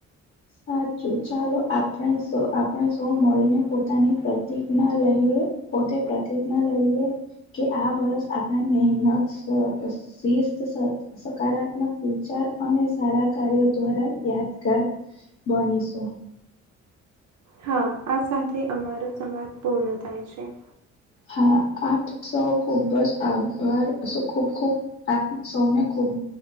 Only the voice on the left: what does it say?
સાચું ચાલો આપણે સૌ આપણે સૌ મળીને પોતાની પ્રતિજ્ઞા લઈએ. પોતે પ્રતિજ્ઞા લઈએ. કે આ વર્ષ આપણે મહેનત શ અ શિસ્ત સાથે સકારાત્મક વિચાર અને સારા કાર્યો દ્વારા યાદગાર બનીશું.
હા આપ સૌ ખુબ જ આભાર ખૂબ ખૂબ આપ સૌને ખૂબ